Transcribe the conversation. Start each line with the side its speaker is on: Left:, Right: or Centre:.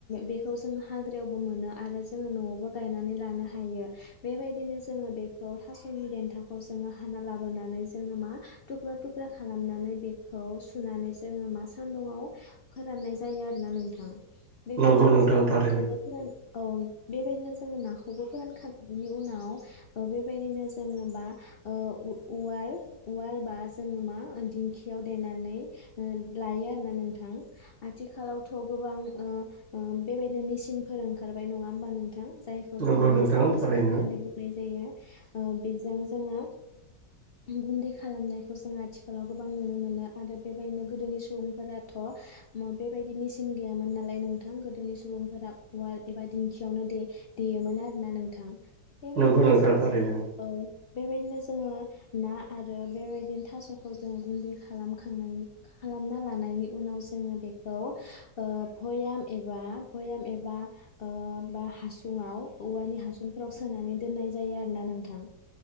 Left: बेखौ जोङो हाग्रायावबो मोनो आरो जोङो न'आवबो गायनानै लानो हायो बेबायदिनो जोङो बेखौ थास'नि देन्थाखौ जोङो हाना लाबोनानै जोङो मा थुख्रा-थुख्रा खालामनानै बेखौ सुनानै जोङो मा सान्दुंङाव फोराननाय जायो आरोना नोंथां बेबायदिनो
Right: नंगौ नोंथां
Left: जोङो
Right: थारैनो
Left: नाखौबो फोरान औ बेबायदिनो जोङो नाखौबो फोरानखांनायनि उनाव ओ बे बायदिनो जोङो बा ओ उवाल-उवाल बा जोङो मा दिंखियाव देनानै लायो आरोना नोंथां आथिखालावथ' गोबां ओ ओ बेबायदिनो मेसिनफोर ओंखारबाय नङा होमबा नोंथां जायखौ
Right: नंगौ
Left: जोङो
Right: नोंथां
Left: मिक्सार मिसिन
Right: थारैनो
Left: होननानै बुंनाय जायो ओ बेजों जोङो गुन्दै खालामनायखौ जोङो आथिखालाव गोबां नुनो मोनो आरो बेबायदिनो गोदोनि सुबुंफोराथ' बेबायदि मेसिन गैयामोन नालाय नोंथां गोदोनि सुबुंफोरा उवाल एबा दिंखियावनो दे-देयोमोन आरोना नोंथां बेबायदिनो
Right: नंगौ नोंथां
Left: जों
Right: थारैनो
Left: औ बेबायदिनो जोङो ना आरो बेबायदिनो थास'खौ जोङो गुन्दै खालामखांनायनि खालामना लानायनि उनाव जोङो बेखौ ओ भयाम एबा-भयाम एबा बा हासुङाव औवानि हासुंफोराव सोनानै दोननाय जायो आरोना नोंथां